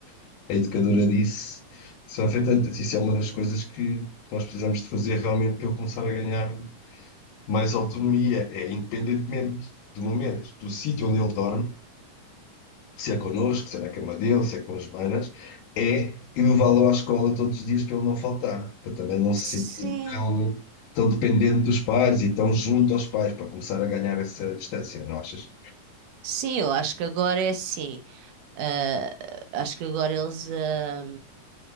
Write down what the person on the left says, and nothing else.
a educadora disse, isso vai afetando. Isso é uma das coisas que nós precisamos de fazer realmente para ele começar a ganhar mais autonomia, é independentemente do momento, do sítio onde ele dorme, se é connosco, se é na cama dele, se é com as manas, é levá-lo à escola todos os dias para ele não faltar, para também não se
sentir tão, tão dependente dos pais e tão junto aos pais, para começar a ganhar essa distância, não achas?